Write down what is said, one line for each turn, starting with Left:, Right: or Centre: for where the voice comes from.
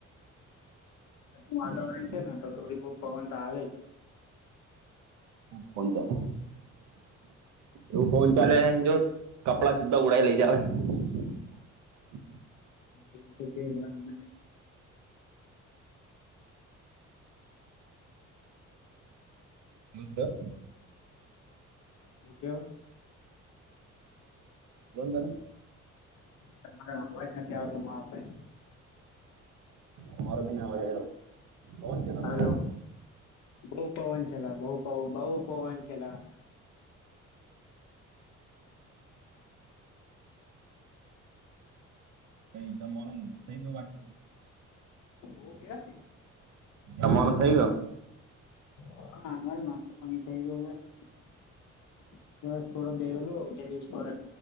Left: વાતાવરણ
Right: બહુ
Left: છેને, તો થોડી બહ પવન તો આવે જ.
Right: પવન ચાલે એવું ફન ચાલે જો. કપડા સીધા ઉડાય લઈ, જાવવે. <unintelligible> <inaudible>
Left: વું હતું કે અ <inaudible> <inaudible>
Right: એવું થયું?
Left: હું કેવા
Right: બોલો ને તમે
Left: તમારો અવાજ નથી
Right: બોલો
Left: આવતો
Right: બોલો
Left: માભાઈ
Right: તમારો બી ના હોય હેરો પવન છે તમારે
Left: હલો બહુ પવન ચલા બહુ પવ <inaudible> પવન બહુ પવન છેલા
Right: કઈ જમાવાનું થઈ બાકી છે
Left: ઓ ગયા
Right: અમાન કઈ ગ
Left: હા અમાર નાસ્તો પા થઈ ગયયો હોાઈ બસ થોડો બેલો ટેરસ પર